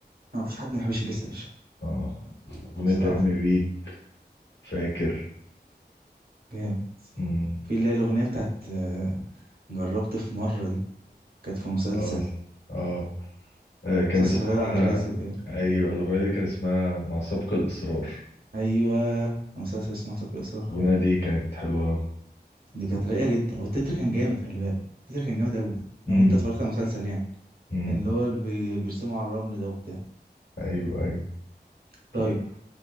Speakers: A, on the right; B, on the left.
A: ما فيش حد ما بيحبش اليسا يا باشا
B: اه أغنية
A: صراحه
B: أيامي بيك فاكر
A: جامد
B: مم.
A: في اللي هي الاغنيه بتاعت آه، جربت في مره دي كانت في مسلسل
B: اه اه آه، كان
A: مسلسل
B: اسمها
A: غادة عبد الرازق باين
B: ايوه الاغنيه دي كان اسمها مع سبق الاصرار
A: ايوه مسلسل اسمه سوق الاصرار
B: الاغنيه دي كانت حلوه قوي
A: دي كانت رايقه جدا والتتر كان جامد خلي بالك التتر كان جامد قوي لو
B: امم
A: انت اتفرجت على المسلسل يعني
B: امم
A: كان اللي هو اللي بي- بيرسموا على الرمل ده وبتاع
B: ايوه ايوه
A: طيب
B: طيب